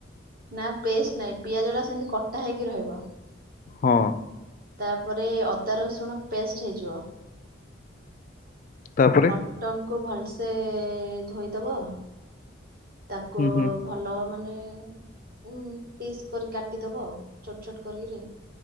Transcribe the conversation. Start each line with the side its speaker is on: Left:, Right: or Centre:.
Right: ନା ପେଷ୍ଟ ନହିଁ ପିଆଜ ଟା ସେମିତି କଟା ହେଇକି ରହିବ।
Left: ହଁ।
Right: ତାପରେ ଅଦା ରସୁଣ ପେଷ୍ଟ ହେଇଯିବ ମ।
Left: ତାପରେ
Right: ମଟନକୁ ଭଲସେ ଧୋଇଦେବ। ତାକୁ
Left: ହୁଁ ହୁଁ
Right: ଭଲ ମାନେ ଉ ପିସ୍ କରି କାଟିଦବ ଛୋଟ ଛୋଟ କରିକି।